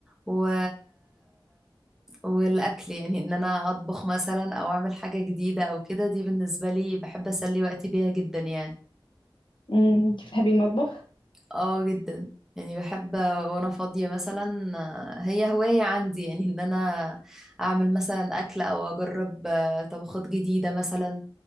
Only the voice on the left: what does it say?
مم. انتي بتحبي المطبخ